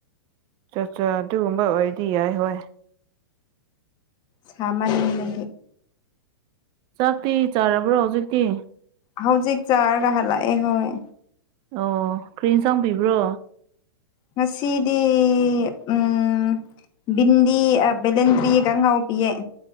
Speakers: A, on the right; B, on the left.
A: ꯆꯠꯆꯥ ꯑꯗꯨꯒꯨꯝꯕ ꯑꯣꯏꯗꯤ ꯌꯥꯏ ꯍꯣꯏ
B: ꯁꯥꯃꯅ ꯂꯦ
A: ꯆꯥꯛꯇꯤ ꯆꯥꯔꯕ꯭ꯔꯣ ꯍꯧꯖꯤꯛꯇꯤ
B: ꯍꯧꯖꯤꯛ ꯆꯥꯔꯒ ꯂꯥꯛꯑꯦ ꯍꯣꯏ
A: ꯑꯣ ꯀꯔꯤꯟ ꯆꯥꯡꯕꯤꯕ꯭ꯔꯣ
B: ꯃꯁꯤꯗꯤ ꯎꯝ ꯕꯤꯗꯤꯤ ꯕꯂꯟꯗꯔꯤ ꯉꯎ ꯄꯤ ꯑꯦꯦ